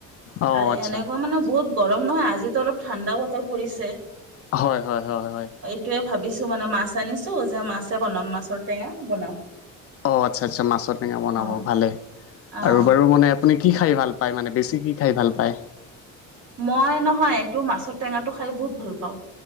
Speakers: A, on the left (about 45°); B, on the right (about 50°).
A: অঁ
B: আৰু
A: আচ্ছা।
B: এনেকুৱা মানে বহুত গৰম নহয় আজিতো অলপ ঠাণ্ডা বতৰ পৰিছে।
A: হয় হয় হয় হয়।
B: সেইটোয়ে ভাবিছো মানে মাছ আনিছো যে মাছে বনাম মাছৰ টেঙা বনাম।
A: অ আচ্ছা আচ্ছা মাছৰ টেঙা বনাব
B: অ
A: ভালে
B: অ
A: আৰু বাৰু মানে আপুনি কি খায় ভাল পায়? মানে বেছি কি খায় ভাল পায়?
B: মই নহয় এইটো মাছৰ টেঙাটো খায় বহুত ভাল পাওঁ।